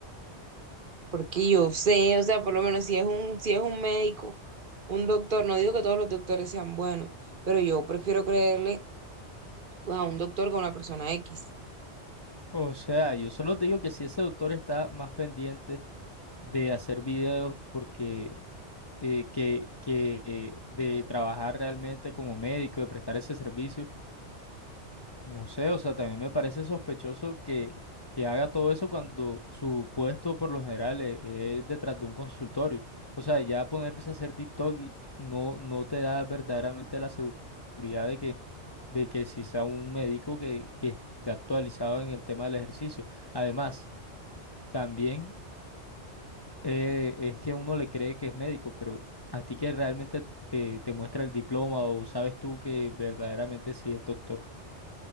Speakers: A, on the right; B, on the left.
A: Porque yo sé, o sea, por lo menos si es un, si es un médico, un doctor, no digo que todos los doctores sean buenos pero yo prefiero creerle pues a un doctor que a una persona X.
B: O sea, yo solo te digo que si ese autor está más pendiente de hacer videos porque eh, que, que eh, de trabajar realmente como médico, de prestar ese servicio, No sé, o sea, también me parece sospechoso que, que haga todo eso cuando su puesto por lo general e- e, es, detrás de un consultorio. O sea, ya ponerse a hacer TikTok y no, no te da verdaderamente la segu- seguridad de que, de que si sea un médico que, que esté actualizado en el tema del ejercicio. Además, también eh, es que uno le cree que es médico, pero a ti que realmente te, te muestra el diploma o sabes tú que verdaderamente sí es doctor.